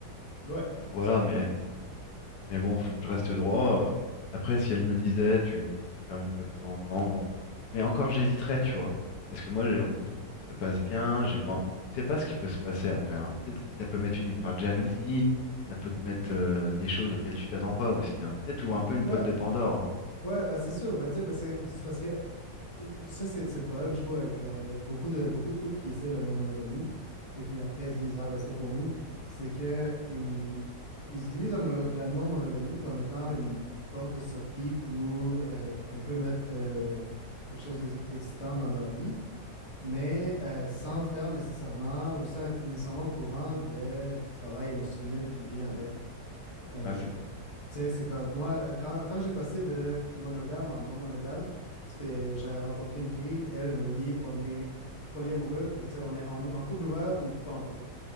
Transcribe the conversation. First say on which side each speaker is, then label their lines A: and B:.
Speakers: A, on the left (about 25°); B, on the left (about 75°).
A: Ouais, ouais,
B: voilà,
A: on s'entend.
B: mais. Mais bon, faut que je reste droit. euh. Après, si elle me disait, tu, tu peux faire une fois de temps en temps, bon. Mais encore, j'hésiterais, tu vois. Parce que moi, j'ai- notre couple se passe bien. J'ai pas, tu sais pas ce qui peut se passer après. hein. Tu sais, Ça peut mettre une histoire de jalousie. Ça peut te mettre euh, des choses auxquelles tu t'attends pas aussi. Hein. Tu sais, t'ouvres un peu une
A: Ouais,
B: boîte de Pandore. hein.
A: ouais, bah c'est sûr. Bah, tu sais, bah, c'est c'est parce que euh, ça, c'est c'est le problème, je trouve, avec le- beaucoup de, beaucoup de couples qui essaient la non-monogamie et qui après se disent, ah ben c'est pas pour nous. C'est que ils, ils utilisent la, mono- la non-monogamie comme étant une porte de sortie pour euh, un peu mettre euh, quelque chose d'ex- d'excitant dans leur vie. mais euh, sans faire nécessairement ou sans être nécessairement au courant de- du travail émotionnel qui vient avec. Euh,
B: Ouais, c'est
A: tu
B: ça.
A: sais, c'est comme moi, euh, quand, quand j'ai passé de monogame en non monogame, c'était, j'avais rencontré une fille, elle me dit on est polyamoureux, ou, tu sais, on est en, en couple ouvert ou pas en couple.